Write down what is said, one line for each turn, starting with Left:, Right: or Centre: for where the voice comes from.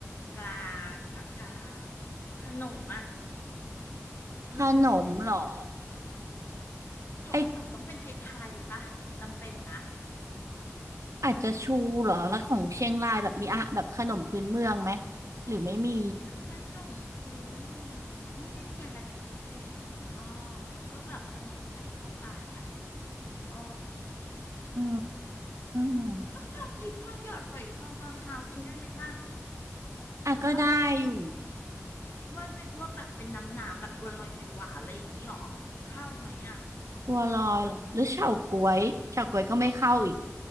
Left: กลางภาคกลางขนมอ่ะแต่มันเป็นพิธีแบบ
Right: ขนมเหรอ
Left: ทบขนมต้องเป็นไทยๆปะจำเป็นนะ
Right: ไออาจจะชูเหรอแล้วของเชียงรายแบบมีอะแบบขนมพื้นเมืองไหมหรือไม่มี
Left: ขนมพื้นเมืองไม่ได้มีอะไรเป็นพิเศษนะคุณอ้อมมันก็แบบขนมไทยทั่วไปอ่ะโอ้
Right: อื
Left: เดี๋ยวนะก็ทองหยิบทองหยอดฝอยทองตอนเช้ากินได้ไหมล่ะ
Right: มอ่ะก็ได้อยู่
Left: หรือว่าหรือว่าเป็นพวกแบบเป็นน้ำหนามแบบบัวลอยไข่หวานอะไรอย่างนี้หรอเข้าไหมอ่ะ
Right: บัวลอยเหรอหรือเฉาก๊วยเฉาก๊วยก็ไม่เข้าอีก